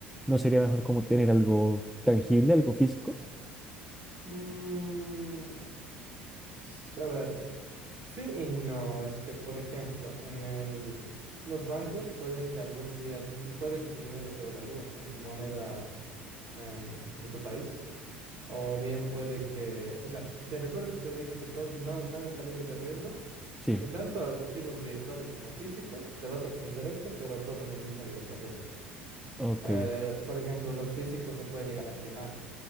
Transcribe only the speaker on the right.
Mm, Pues, A ver, sí y no. Es que, por ejemplo, en el, los bancos puede que algún día, puede que tu dinero se devalúe en tu moneda en- de tu país. O bien puede que, o sea, ¿te recuerdas que te dije que todo, no, nada está libre de riesgo?
Y tanto activos virtuales como físicos, te va a sorprender esto, pero corren el mismo nivel de riesgo.
Eh, por ejemplo, los físicos se puede llegar a quemar